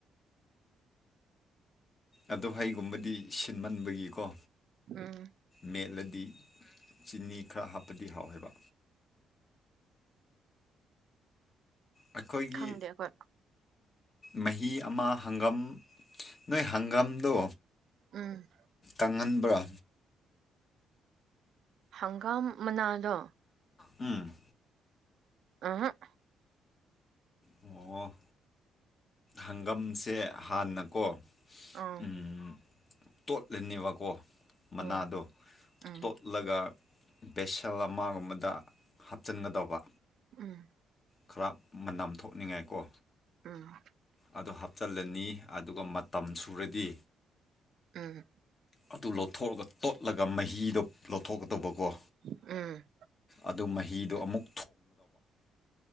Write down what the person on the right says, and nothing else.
ꯎꯝ
ꯈꯪꯗꯦ ꯑꯩꯈꯣꯏ
ꯎꯝ
ꯍꯪꯒꯥꯝ ꯃꯅꯥꯂꯣ
ꯑ
ꯑꯥ
ꯎꯝ ꯎꯝ
ꯎꯝ
ꯎꯝ
ꯎꯝ
ꯎꯝ